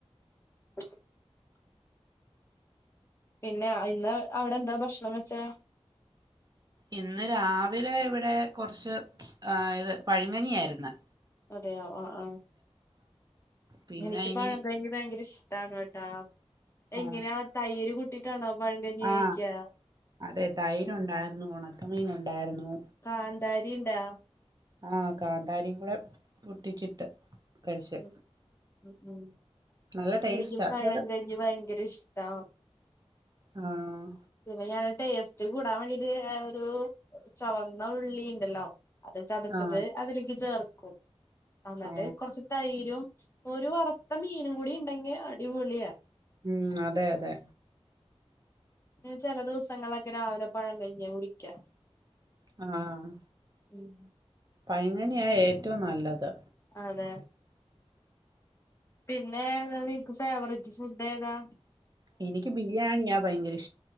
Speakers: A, on the left; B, on the right.
A: അ പിന്നെ ഇന്ന് അവിടെ എന്താ ഭക്ഷണം വെച്ചേ
B: ഇന്ന് രാവിലെ ഇവിടെ കുറച്ച് ആ ഇത് പഴം കഞ്ഞിയായിരുന്ന്‌
A: അതെയോ ആഹ് ആഹ്
B: പിന്നെ
A: എനിക്ക്
B: ഇനി
A: പഴം കഴിഞ്ഞി ഭയങ്കര ഇഷ്ട ട്ടാണോ ട്ടാ
B: ആ
A: എങ്ങനെയാ തൈര് കൂട്ടിട്ടാണോ പഴങ്കഞ്ഞി
B: ആ,
A: കഴിക്യാ
B: അതെ തൈര് ഒണ്ടാരുന്നു ഒണക്കമീൻ ഒണ്ടായിരുന്നു
A: കാന്താരി ണ്ടാ
B: ആ കാന്താരീം കൂടെ പൊട്ടിച്ചിട്ട് കഴിച്ച്
A: ഉം ഉം ഉം
B: നല്ല ടേസ്റ്റാ
A: എനിക്കും പഴങ്കഞ്ഞി
B: ചില
A: ഭയങ്കര ഇഷ്ടാ
B: ആഹ്
A: പിന്നെ ഞാൻ ടേസ്റ്റ് കൂടാവേണ്ടീട്ട് ഒരു ചൊവന്ന ഉള്ളി ഒണ്ടല്ലോ അത് ചതച്ചിട്ട്
B: ആ
A: അതിലേക്ക് ചേർക്കും അന്നെട്ട്
B: ആ
A: കൊറച്ച് തൈരും ഒരു വറുത്ത മീനും കൂടി ഒണ്ടെങ്കി അടിപൊളിയാ
B: ഉം അതെ അതെ
A: ഞാൻ ചെല ദിവസങ്ങളക്കെ രാവിലെ പഴങ്കഞ്ഞിയാ കുടിക്കാ
B: ആഹ്
A: ഉം
B: പഴങ്കഞ്ഞിയാ ഏറ്റോം നല്ലത്
A: അതെ പിന്നെ <unintelligible> നിക്ക് ഫേവറിറ്റ് ഫുഡേതാ?
B: എനിക്ക് ബിരിയാണിയാ ഭയങ്കര ഇഷ്